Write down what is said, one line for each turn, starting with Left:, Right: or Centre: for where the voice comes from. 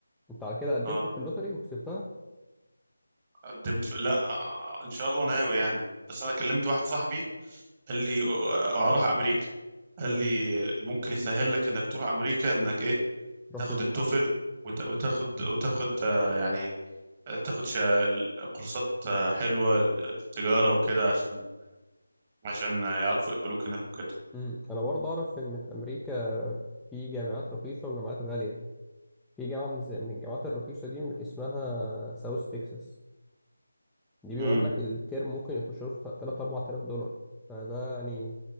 Centre: انت على كده قدمت
Right: اه
Centre: في اللوتري وكسبتها
Right: قدمت في... لا آه، ان شاء الله ناوي يعني بس انا كلمت واحد صاحبي قال لي آه، هروح امريكا قال
Centre: امم
Right: لي ممكن يسهل لك انك تروح امريكا انك ايه
Centre: تروح
Right: تاخد
Centre: تدرس
Right: التوفل وت- وتاخد وتاخد آه، يعني آه، تاخد شا- كورسات آه، حلوه تجاره وكده عشان عشان آه، يعرفوا يقبلوك هناك وكده
Centre: امم انا برضه اعرف ان في امريكا في جامعات رخيصة وجامعات غالية في جامعة من زي- من الجامعات الرخيصة دي اسمها ساوث تكساس دي بيقول
Right: امم
Centre: لك الترم ممكن يخش له في 3 4000 دولار فده يعني